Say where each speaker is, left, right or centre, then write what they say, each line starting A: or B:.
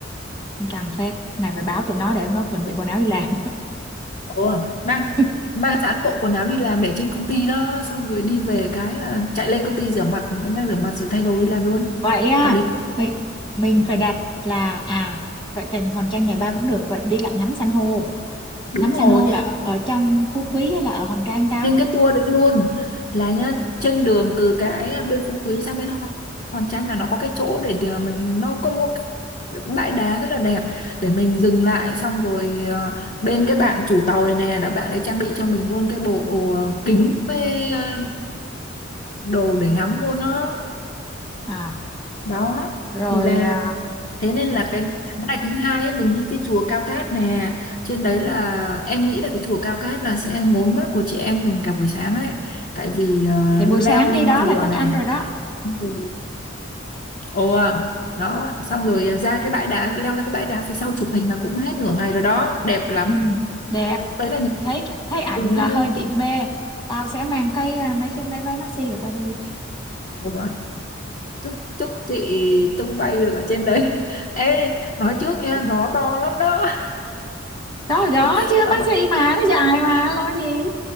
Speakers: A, on the left; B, on the left.
A: căng phết này phải báo tụi nó để nó chuẩn bị quần áo đi làm
B: Ồ, mang
A: <laughs>
B: mang sẵn bộ quần áo đi làm để trên công ty đó xong rồi đi về cái là chạy lên công ty rửa mặt đánh răng rửa mặt rồi thay đồ đi làm luôn
A: vậy à
B: hợp lý
A: mình mình phải đặt là à vậy thì Hòn Tranh ngày ba cũng được vậy đi lặn ngắm san hô
B: đúng
A: ngắm
B: rồi
A: san hô là ở, ở trong Phú Quý hay là ở Hòn Tranh ta
B: lên cái tour đấy luôn là nhá trên đường từ cái bên Phú Quý sang bên Hòn Hòn Tranh là nó có cái chỗ để để mình nó có một cái bãi đá rất là đẹp để mình dừng lại xong rồi ờ, bên cái bạn chủ tàu này nè là bạn ấy trang bị cho mình luôn cái bộ ờ, kính với ờ, đồ để ngắm luôn đó
A: à
B: đó
A: rồi
B: thì là
A: à,
B: thế nên là cái ngày thứ hai ấy mình đi cái chùa Cao Cát nè trên đấy là em nghĩ là cái chùa Cao Cát là sẽ ngốn mắt của chị em mình cả buổi sáng ấy tại vì ờ,
A: thì buổi
B: leo
A: sáng đi
B: lên
A: đó
B: chùa
A: là chắc
B: nè
A: ăn rồi đó
B: Ừ. ồ à, đó xong rồi ra cái bãi đá leo ra cái bãi đá phía sau chụp hình là cũng hết nửa ngày rồi đó đẹp lắm
A: ừ, đẹp
B: đấy là những
A: thấy thấy ảnh
B: review
A: là hơi bị mê tao sẽ mang cái à, mấy cái mấy váy maxi của tao đi
B: Ồ, chúc chúc chị tung bay được ở trên đấy <laughs> ê nói trước nha
A: <laughs>
B: gió to lắm đó
A: đó gió
B: <laughs>
A: chứ
B: bà
A: maxi
B: bà
A: mà nó dài mà lo gì